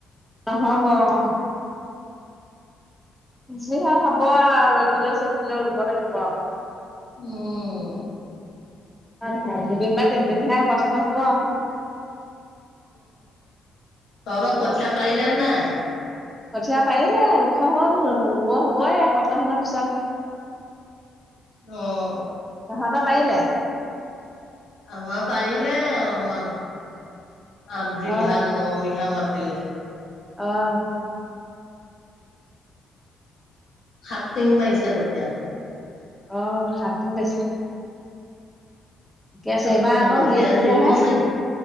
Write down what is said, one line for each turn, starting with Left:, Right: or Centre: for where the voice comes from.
Centre: নহ'ব অ' যি হয় হ'ব আৰু ৰ'দিলও চদডিলেও ৰুব লাগিব আও।
Left: উম।
Centre: <unintelligible> দুদিন বা তিনিদিন হে কষ্ট হ'ব আৰু।
Left: তহতৰ কঠীয়া পাৰিলেন নাই?
Centre: কঠীয়া পাৰিলে, ওখ হল, ৰুব-ৰুব হবই, এসপ্তাহ মান পিছত। <unintelligible>
Left: অ'
Centre: তহৰত পাৰিলে?
Left: আমাৰ পাৰিলে অলপমান, আঠ বিঘা
Centre: অ
Left: ন বিঘা মাটিলে।
Centre: অ'
Left: সাতটিং পাৰিছে কঠীয়া।
Centre: অ', সাতটিং পাৰিছে। আছে
Left: সাতটিং
Centre: এইবাৰ আকৌ
Left: কঠীয়া
Centre: হেৰি কঠীয়াহে
Left: জুইব চাগে,